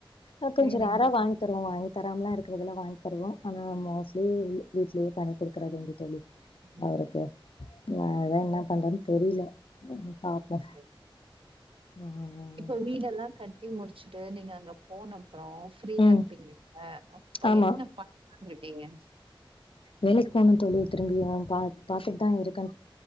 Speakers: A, on the left; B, on the right.
A: ஆ கொஞ்ச
B: சரிங்க.
A: ரேரா வாங்கித் தருவோ வாங்கி தராமல்லா இருக்கிறது இல்ல வாங்கி தருவோ
B: ம்.
A: ஆனா மோஸ்ட்லி வீட்லயே பண்ணி குடுக்குறது உண்டு தோழி
B: ம்.
A: அவருக்கு ஆ அதா என்ன பண்றதுன் தெரியல பாப்போம்.
B: சேரி
A: ம்.
B: இப்ப
A: ம்.
B: வீடெல்லா கட்டி முடிச்சுட்டு நீங்க அங்க போன ப்றோ ஃப்ரீயா
A: ம்.
B: இருப்பீங்கல்ல அப்ப
A: ஆமா.
B: என்ன பண்லான் இருக் கீங்க
A: வேலைக்கு போகணுந் தோழி திரும்பியு பா பாத்துட்தா இருக்கே